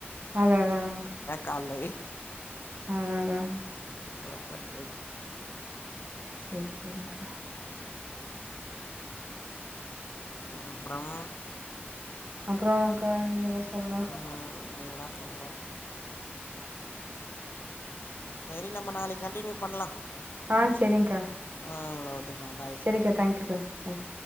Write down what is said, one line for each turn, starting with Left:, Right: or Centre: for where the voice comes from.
Right: அதா அதா அதாங்க
Left: கால்ல வெய்
Right: அதா அதாங்க
Left: என்னாப் பண்றது
Right: செர் செரிங்கா
Left: அப்புறம்
Right: அப்றம் அக்கா நீங்கதா சொல்னோ
Left: அ நீங்கதா சொல்னோ செரி நம்ம நாளைக்கி கண்டினியூ பண்லா
Right: ஆ செரிங்கா
Left: அ ஓகே பா
Right: செரிக்கா தேங்க்யூக்கா தேங்க்